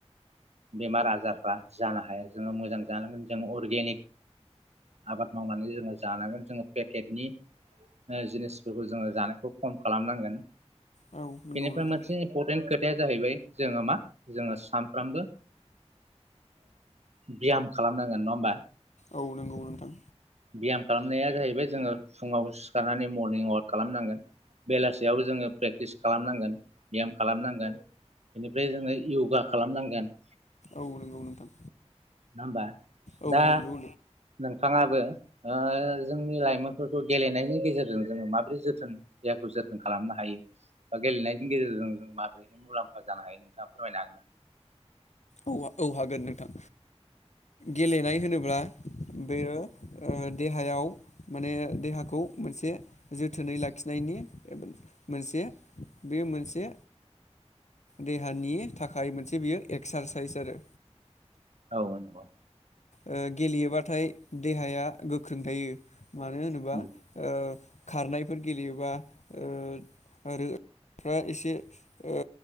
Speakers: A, on the right; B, on the left.
A: बेमार आजारफ्रा जानो हाया जोंङो मोजां जानांगोन। जों अर्गेनिक आबाद मावनानै जोङो जानांगोन। फेकेटनि जिनिसफोरखौ जों जानायखौ खम खालामनांगोन।
B: औ नंगौ
A: बेनिफ्राय
B: नोंथां
A: मोनसे इम्परटेन्ट खोथाया जाहैबाय जोंङो मा जोंङो सानफ्रामबो ब्याम खालामनांगोन नंङा होमबा।
B: औ नंगौ नोंथां
A: ब्याम खालामनाया जाहैबाय जोंङो फुङाव सिखारनानै मरनिं अवाक खालामनांगोन, बेलासियाव जोंङो प्रेक्टिस खालामनांगोन, ब्याम खालामनांगोन बेनिफ्राय जोंङो यगा खालामनांगोन।
B: औ नंगौ नोंथां।
A: नङा होमबा
B: औ
A: दा
B: नंगौ
A: नोंथाङाबो ओ जोंनि लाइमोनफोरखौ गेलेनायनि गेजेरजों जोङो माबोरै जोथोन देहाखौ जोथोन खालामनो हायो बा गेलेनायनि गेजेरजों जों माबोरैहाय मुलाम्फा जानो हायो नोंथाङा फोरमायनो हागोन ना
B: औ औ हागोन नोंथां गेलेनाय होनोब्ला बेयो ओ देहायाव माने देहाखौ मोनसे जोथोनै लाखिनायनि मोनसे बे मोनसे देहानि थाखाय मोनसे बियो ए एक्सारसाइस आरो
A: औ नोंगौ
B: ओ गेलेयोबाथाय देहाया गोख्रों थायो मानो होनोबा
A: उम
B: ओ खारनायफोर गेलेयोबा ओ आरोफ्रा एसे ओ